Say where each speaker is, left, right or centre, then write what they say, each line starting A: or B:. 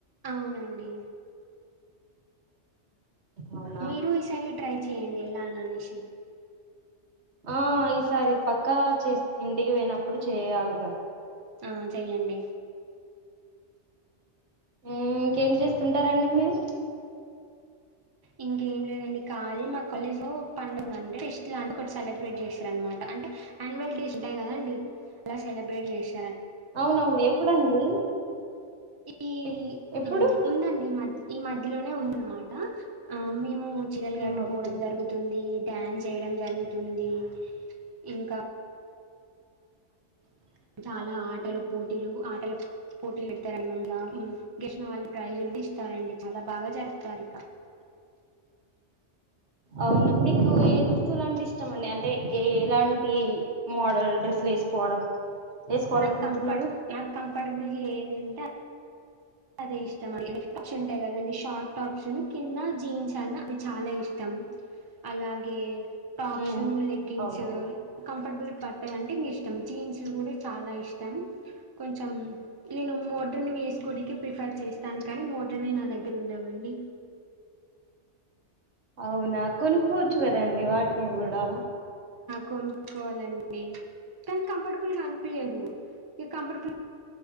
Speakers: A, on the right; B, on the right.
A: అవునండి
B: అవునా
A: మీరు ఈసారి ట్రై చేయండి ఎలా అనేసి
B: ఆ ఈసారి పక్కా చేస్తా ఇంటికి పొయినప్పుడు చేయాలిగా
A: ఆ చేయండి
B: మ్మ్ ఇంకేం చేస్తుంటారండి మీరు
A: ఇంకేం లేదండి కాలీ మా కాలేజ్ లో పండుగ లా ఫెస్ట్ లాంటిది సెలబ్రేట్ చేసిరన్మాట అంటే యాన్వల్ డేస్ ఉంటాయి కదండి అలా సెలబ్రేట్ చేసి
B: అవునవును ఎప్పుడండి
A: ఈ
B: ఎప్- ఎప్పుడు
A: మ్మ్ ఉందండి ఈ మధ్యలోనే ఉందన్నమాట ఆ మే ము చీరలు
B: ఉమ్
A: కట్టుకోవడం
B: ఓకే
A: జరుగుతుంది డ్యాన్స్ చేయడం జరుగుతుంది ఇంక
B: <unintelligible> <inaudible>
A: చాలా ఆటల పోటీలు పెడుతారండి ఇంగా గెలిచిన వారికి ప్రైజులు ఇస్తారండి చాలా బాగా జరుపుతారు ఇక
B: <unintelligible> అవునా మీకు ఏ దుస్తులు అంటే ఇష్టమండి అంటే ఏ ఎలాంటి మోడల్ డ్రెస్సుల్ వేసుకోవడం వేసుకోవాలనుకుంటున్నారు
A: నాకు కంఫర్ట్ నాకు కంఫర్టబుల్ ఏదుంటే అది అదే ఇష్టం అండి నైట్ టాప్స్ ఉంటాయి కదండి షార్ట్ టాప్స్ కింద జీన్స్ అన్నా అవి చాలా ఇష్టం అలాగే టాప్స్
B: ఉమ్
A: ను లేగ్గిన్స్
B: అవునా
A: కంఫర్ట్ బుల్ బట్టలంటే ఇంగా ఇష్టం జీన్స్ కూడా చాలా ఇష్టం కొంచం నేను మోడ్రన్ న వేసుకోనికి ప్రిఫర్ చేస్తాను కానీ మోడ్రన్ వి నా దగ్గర ఉండవండి
B: అవునా కొనుక్కోవచ్చు కదండి వాటిని కూడా
A: కొనుక్కొవాలండి కానీ కంఫర్టబుల్ గా అనిపియదు ఇవి కంఫర్టబుల్